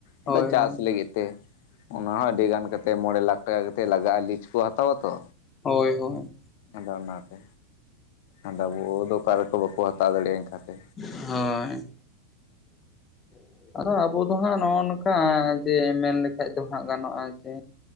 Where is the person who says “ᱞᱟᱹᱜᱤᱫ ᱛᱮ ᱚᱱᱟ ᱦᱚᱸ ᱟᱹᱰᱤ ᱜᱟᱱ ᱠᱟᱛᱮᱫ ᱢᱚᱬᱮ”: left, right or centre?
Left